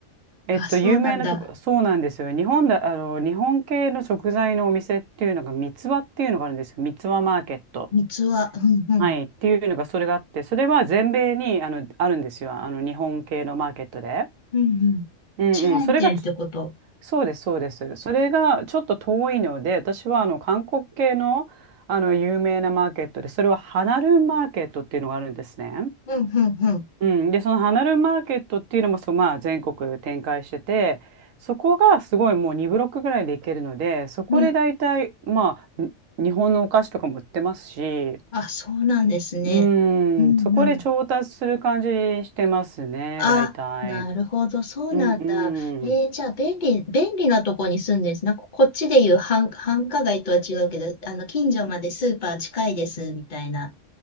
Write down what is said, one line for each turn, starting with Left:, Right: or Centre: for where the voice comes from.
Right: えっと、
Left: あ、そうなんだ。
Right: 有名なとこ、そうなんですよ。日本だ、あの、日本系の食材のお店っていうのが、三つ葉っていうのがあるんですよ。三つ葉マーケット。
Left: 三つは、うんうん、
Right: はい。っていうのが、それがあって、それは全米に、あの、あるんですよ。あの、日本系のマーケットで。
Left: うんうん。
Right: うんうん、
Left: チェーン店ってこと。
Right: それがそうです、そうです。それがちょっと遠いので、私はあの韓国系の、あの有名なマーケットで、それはハナルンマーケットっていうのがあるんですね。
Left: うんうんうん、
Right: うん、で、そのハナルンマーケットっていうのもそう、まあ、全国展開してて、そこがすごいもう2ブロックぐらいで行けるので、そこで大体、
Left: うん。
Right: まあ、に日本のお菓子とかも売ってますし、
Left: あ、そうなんですね。
Right: う
Left: うんうん。
Right: ん、そこで調達する感じにしてますね、
Left: あ、
Right: 大体。
Left: なるほど、そうなんだ。
Right: うん
Left: えー、
Right: うん。
Left: じゃあ、便利、便利なとこに住んでるんです。なんか、こっちでいう繁、繁華街とは違うけど、あの、近所までスーパー近いです、みたいな